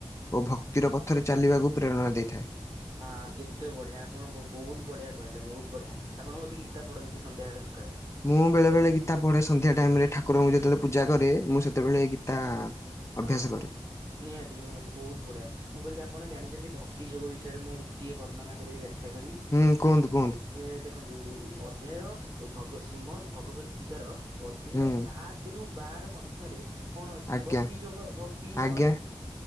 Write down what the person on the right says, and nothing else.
ହଁ କେତେ ବଢିଆ ଆପଣ ବହୁତ ବଢ଼ିଆ କହିଲେ ବହୁତ ବଢିଆ ଆପଣ ବୋଧେ ଗୀତା ପଢନ୍ତି ସନ୍ଧ୍ୟାବେଳେ ସକାଳେ?
ହଁ
ନିହାତି ନିହାତି ବହୁତ ବଢିଆ। ମୁଁ କହିଲି ଆପଣ ଜାଣିଛନ୍ତି ଭକ୍ତି ଯୋଗ ବିଷୟରେ ମୁଁ ଟିକଏ ବର୍ଣ୍ଣନା କରିବି ବ୍ୟାଖ୍ୟା କରିବି।
ଏ ଦେଖନ୍ତୁ ଅଧ୍ୟାୟ ଭଗବ ଶ୍ରୀମଦ୍ ଭଗବତ ଗୀତାର ଅଧ୍ୟାୟ
ସାତରୁ ବାର ମଧ୍ୟରେ କଣ ଅଛି
ଭକ୍ତିଯୋଗ ଭକ୍ତିଯୋଗ